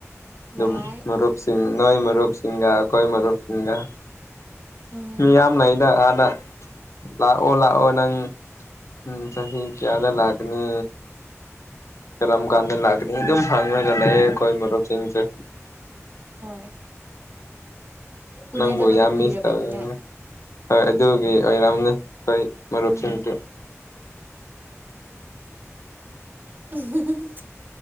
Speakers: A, on the left (about 70°); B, on the right (about 40°).
A: ꯑꯗꯨ
B: ꯌꯥꯏ
A: ꯃꯔꯨꯞ ꯁꯤꯁꯤꯡ ꯅꯣꯏ ꯃꯔꯨꯞ ꯁꯤꯁꯤꯡꯍ ꯑꯩꯣꯏ ꯃꯔꯨꯞ ꯁꯤꯁꯤꯡꯍ
B: ꯎꯝ
A: ꯃꯤꯌꯥꯝ ꯂꯩꯏꯗ ꯑꯗ ꯂꯥꯛꯑꯣ ꯂꯥꯛꯑꯣ ꯅꯪ ꯎꯝ ꯆꯍꯤ ꯀꯌꯥꯗ ꯂꯥꯛꯀꯅꯤ ꯀꯔꯝ ꯀꯥꯟꯗ ꯂꯥꯛꯀꯅꯤ
B: ꯎꯝ
A: ꯑꯗꯨꯝ ꯐꯪꯉꯒ ꯂꯩ ꯀꯣꯏ ꯃꯔꯔꯨꯞ ꯁꯤꯁꯦ
B: ꯍꯣꯏ ꯎꯅꯗꯕꯗꯣ
A: ꯅꯪꯕꯨ ꯌꯥꯝ
B: ꯀꯨꯏꯔꯕꯅꯤꯅ
A: ꯃꯤꯁ ꯇꯧꯋꯦ ꯍꯣꯏ ꯑꯗꯨꯒꯤ ꯑꯣꯏꯔꯝꯅꯤ ꯀ ꯃꯔꯔꯁꯤꯇ
B: ꯎꯝ ꯎ